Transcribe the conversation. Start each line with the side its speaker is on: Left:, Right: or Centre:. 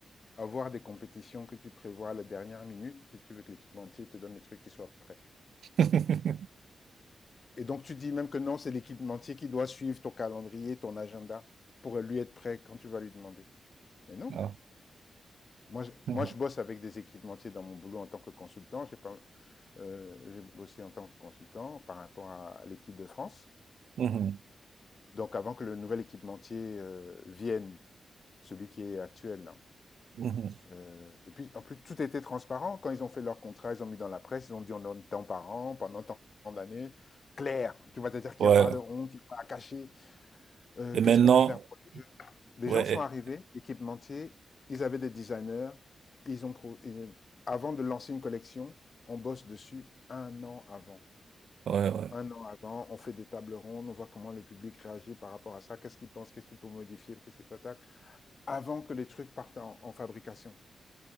Left: avoir des compétitions que tu prévois à la dernière minute et tu veux que l'équipementier te donne les trucs qui soient prêts.
Right: <laughs>
Left: Et donc tu dis même que non, c'est l'équipementier qui doit suivre ton calendrier, ton agenda pour lui être prêt quand tu vas lui demander. Mais non.
Right: Ah.
Left: Moi, je,
Right: Mhm.
Left: moi, je bosse avec des équipementiers dans mon boulot en tant que consultant. J'ai pas, Euh, j'ai bossé en tant que consultant par rapport à l'équipe de France.
Right: Mhm.
Left: Donc avant que le nouvel équipementier euh, vienne, celui qui est actuel. hein.
Right: Mhm.
Left: Euh, et puis en plus tout était transparent. Quand ils ont fait leur contrat, ils ont mis dans la presse, ils ont dit on donne tant par an pendant tant d'années. Clair, tu vas te dire qu'il
Right: Ouais.
Left: n'y a pas de honte, il n'y a pas à cacher. Euh,
Right: Et
Left: Qu'est-ce
Right: maintenant,
Left: qu'on va faire pour les jeunes Les
Right: ouais,
Left: gens sont arrivés, équipementiers, ils avaient des designers, ils ont pro- euh, avant de lancer une collection, on bosse dessus un an avant.
Right: ouais, ouais.
Left: Un an avant, on fait des tables rondes, on voit comment le public réagit par rapport à ça, qu'est-ce qu'il pense, qu'est-ce qu'il peut modifier, qu'est-ce qu'il attaque, avant que les trucs partent en, en fabrication,